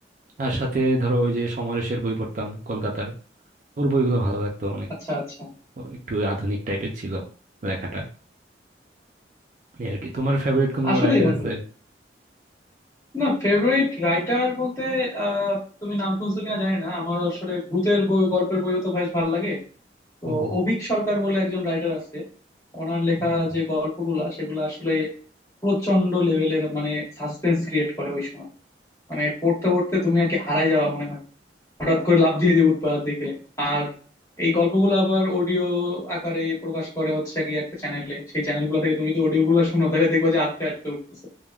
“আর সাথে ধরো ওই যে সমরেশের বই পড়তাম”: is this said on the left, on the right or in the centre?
Right